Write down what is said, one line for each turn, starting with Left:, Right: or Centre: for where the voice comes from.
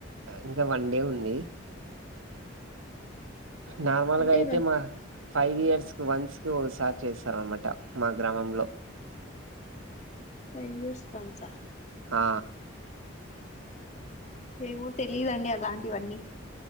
Right: ఇంకా వన్ డే ఉంది <inaudible> నార్మల్గా
Left: అంటే
Right: అయితే మా ఫైవ్ ఇయర్స్ కి వన్స్ కి ఒకసా చేస్తారనమాట మా గ్రామంలో
Left: ఫైవ్ ఇయర్స్ పంచా
Right: ఆ
Left: ఏమో తెలిదండి అలాంటివన్నీ